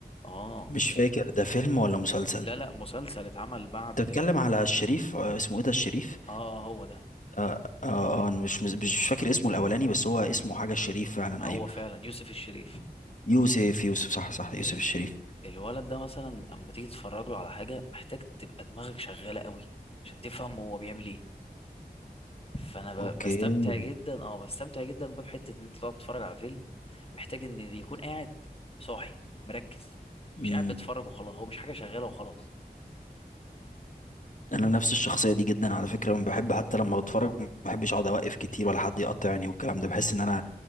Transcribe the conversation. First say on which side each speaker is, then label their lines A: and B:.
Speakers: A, on the left; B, on the left.
A: آه
B: مش فاكر ده فيلم ولا مسلسل
A: لا لا مسلسل اتعمل بعد
B: انت بتتكلم على الشريف آه اسمه ايه ده الشريف
A: آه آه، هو ده
B: اه اه آه، انا مش مش مش فاكر اسمه الاولاني بس هو اسمه حاجه الشريف فعلا
A: ما هو
B: ايوه
A: فعلا يوسف الشريف
B: يوسف يوسف صح صح يوسف
A: ال...
B: الشريف
A: الولد ده مثلا اما تيجي تتفرج له على حاجه محتاج تبقى دماغك شغاله قوي عشان تفهم هو بيعمل ايه فانا
B: اوكي
A: ب... بستمتع جدا اه بستمتع جدا بقى بحته ان انت تقعد تتفرج على فيلم محتاج ان اللي يكون قاعد صاحي مركز
B: امم
A: مش قاعد بيتفرج وخلاص هو مش حاجه شغاله وخلاص
B: انا نفس الشخصيه دي جدا على فكره ما بحب حتى لما بتفرج ما بحبش اقعد اوقف كتير ولا حد يقطعني والكلام ده بحس ان انا